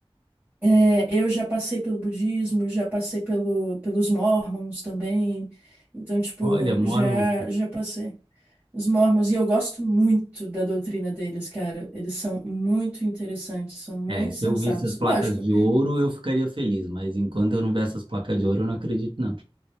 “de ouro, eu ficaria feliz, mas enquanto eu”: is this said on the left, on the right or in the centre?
Right